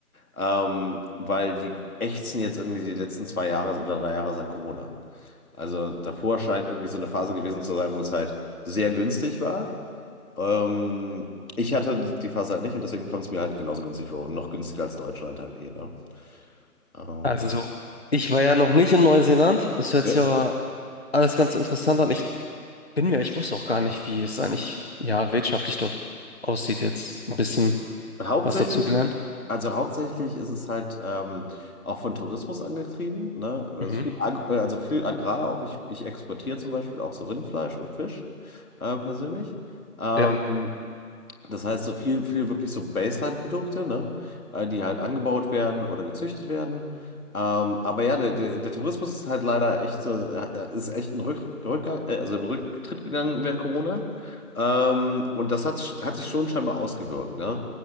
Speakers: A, on the left; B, on the left.
A: Ähm, weil die ächzen jetzt irgendwie die letzten zwei Jahre oder drei Jahre seit Corona. Also davor scheint irgendwie so eine Phase gewesen zu sein, wo es halt sehr günstig war. Ähm, ich hatte die Phase halt nicht und deswegen kommt es mir halt genauso günstig vor und noch günstiger als Deutschland halt eh, ne? Ähm,
B: Also, so, ich war ja noch nicht in Neuseeland. Das hört
A: Ja.
B: sich aber alles ganz interessant an. Ich bin mir, ich wusste auch gar nicht, wie es eigentlich, ja, wirtschaftlich dort aussieht jetzt. Ein bisschen
A: Hauptsächlich,
B: was dazu gelernt.
A: also hauptsächlich ist es halt ähm, auch von Tourismus angetrieben, ne? Also
B: Mhm.
A: viel, Ag- äh, also viel Agrar auch. Ich, ich exportiere zum Beispiel auch so Rindfleisch und Fisch äh, persönlich. Ähm,
B: Ja,
A: das heißt, so viel, viel wirklich so Baseline-Produkte, ne? Äh, Die halt angebaut werden oder gezüchtet werden. Ähm, aber ja, der, der, der Tourismus ist halt leider echt so, äh, ist echt ein Rück, Rückgang, äh, also ein Rücktritt gegangen während Corona. Ähm, und das hat, sch- hat sich schon scheinbar ausgewirkt, ne?